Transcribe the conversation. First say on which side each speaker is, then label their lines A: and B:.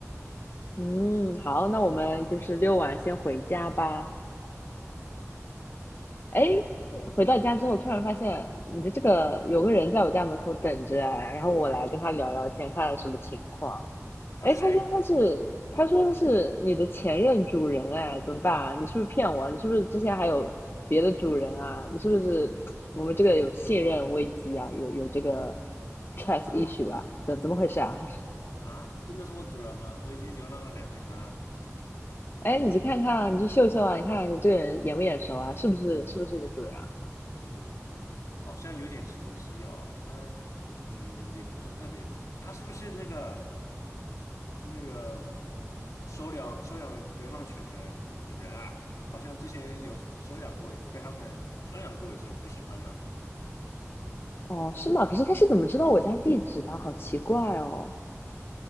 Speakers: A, on the left; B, on the left.
A: 嗯，好，那我们就是遛完先回家吧。
B: 好，
A: 哎，回到家之后，突然发现你的这个有个人在我家门口等着啊，然后我来跟他聊聊天，看看什么情况。
B: 他是谁？
A: 哎，他说他是，他说他是你的前任主人，哎，怎么办啊？你是不是骗我啊你是不是之前还有别的主人啊？你是不是 <tsk> 我们这个有信任危机啊？有有这个 trust
B: 啊
A: issue 啊？怎怎么回事啊？<laughs>
B: 啊！真的是我主人吗？我已经流浪了两年了。
A: 哎，你去看看啊，你去秀秀啊，你看这个人眼不眼熟啊？是不是是不是你的主人啊？
B: 嗯，好像有点熟悉哦。那嗯，也不是特别。他是不是那个那个收养收养流浪犬的的人啊？好像之前有收养过，被他们收养过一些，不喜欢呢。
A: 哦，是吗？可是他是怎么知道我家地址的？好奇怪哦。